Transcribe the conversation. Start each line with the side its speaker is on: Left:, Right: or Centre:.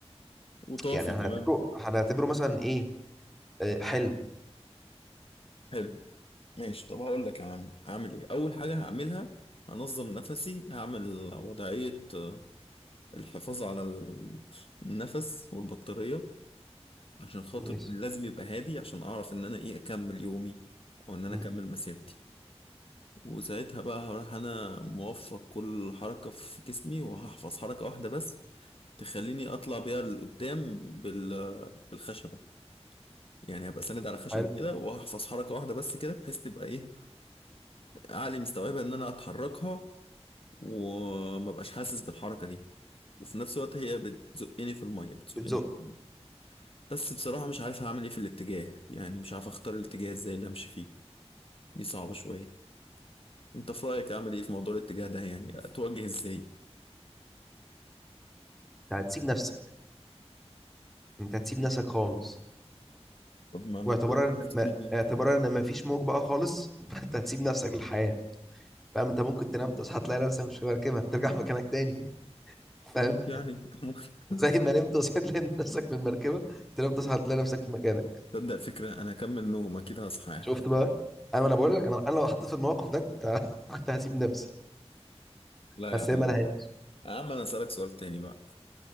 Left: وطافي
Centre: يعني هنعتبره
Left: كمان
Centre: هنعتبره مثلا ايه آه، حلم
Left: حلو ماشي طب هقول لك يا عم أعمل إيه أول حاجة هعملها هنظم نفسي هعمل وضعية آه، الحفاظ على النفس والبطارية عشان خاطر
Centre: ماشي
Left: لازم يبقى هادي عشان اعرف ان انا ايه اكمل يومي او ان انا
Centre: مم.
Left: اكمل مسيرتي وساعتها بقى هروح انا موفر كل حركة في جسمي وهحفظ حركة واحدة بس تخليني اطلع بيها لقدام بال- بالخشبة يعني هبقى ساند على خشبة
Centre: حلو
Left: كده وهحفظ حركة واحدة بس كده بحيث تبقى ايه عقلي مستوعبة ان انا اتحركها وما بقاش حاسس بالحركة دي وفي نفس الوقت هي بتزقني في المية بتزقني
Centre: بتزق
Left: في المية بس بصراحة مش عارف هعمل ايه في الاتجاه يعني مش عارف اختار الاتجاه ازاي اللي امشي فيه دي صعبة شوية انت في رأيك اعمل ايه في موضوع الاتجاه ده يعني اتوجه ازاي
Centre: انت هتسيب نفسك انت هتسيب نفسك خالص
Left: طب ما لو
Centre: واعتبارا
Left: سبت
Centre: ان
Left: نفسي
Centre: ما... اعتبارا ان مفيش موج بقى خالص <laughs> فانت هتسيب نفسك للحياه فاهم انت ممكن تنام تصحى تلاقي نفسك مش في مركبه ترجع مكانك تاني فاهم
Left: اموت يعني <laughs>
Centre: زي ما نمت وصحيت لقيت نفسك في المركبه تنام تصحى تلاقي نفسك في مكانك
Left: تصدق فكرة انا اكمل نوم اكيد هصحى
Centre: شفت بقى انا انا بقول لك انا انا لو حطيت في الموقف ده كنت <laughs> كنت هسيب نفسي
Left: لا
Centre: بس
Left: يا عم
Centre: هي ملهاش
Left: يا عم انا اسألك سؤال تاني بقى